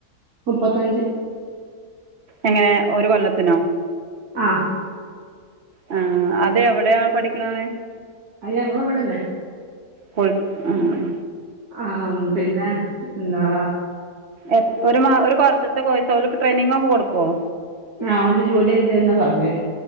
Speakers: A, on the right; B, on the right.
A: മുപ്പത്തഞ്ച്
B: എങ്ങനെ ഒരു കൊല്ലത്തിനോ
A: ആഹ്
B: ആ അത് എവിടെയാണ് പഠിക്കണന്
A: അയ് ഞങ്ങളിവിടെന്നെ
B: കോഴ് ആഹ്
A: ആഹ പിന്നെ എന്താ
B: എ ഒരു മാ ഒരു കൊറച്ച്ത്തെ കോഴ്സാ ഓല് ട്രെയിനിങ്ങക്കെ കൊടുക്കുവോ?
A: ആഹ് ഓൽ ജോലിയൊക്കി തരുന്ന പറഞ്ഞേ